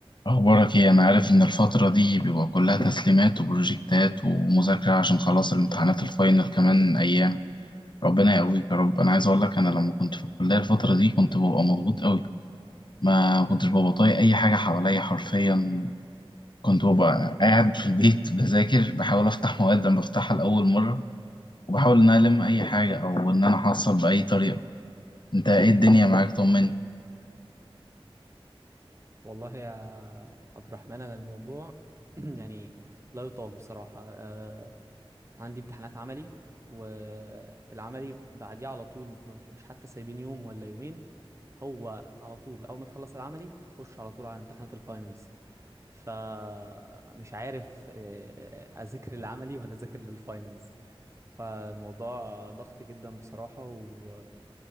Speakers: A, on the left (about 50°); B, on the right (about 30°).
A: أخبارك إيه؟ أنا عارف إن الفترة دي بيبقى كلها تسليمات وبروجكتات ومذاكرة عشان خلاص الامتحانات الفاينل كمان أيام، ربنا يقويك يا رب، أنا عايز أقول لك أنا لما كنت في الكلية الفترة دي كنت ببقى مضغوط أوي، ما كنتش ببقى طايق أي حاجة حواليا حرفيًا، كنت ببقى قاعد في البيت <laughs> بذاكر بحاول أفتح مواد لما بفتحها لأول مرة وبحاول إن أنا ألم أي حاجة أو إن أنا أحصل بأي طريقة، أنت إيه الدنيا معاك طمني؟
B: والله يا عبد الرحمن انا الموضوع <clears throat> يعني لا يطاق بصراحه آه عندي امتحانات عملي والعملي بعديه على طول مش مش حتى سايبين يوم ولا يومين هو على طول اول ما تخلص العملي هتخش على طول على امتحانات الفاينلز فمش عارف آه، اذاكر العملي ولا اذاكر للفاينلز فالموضوع ضغط جدا بصراحه و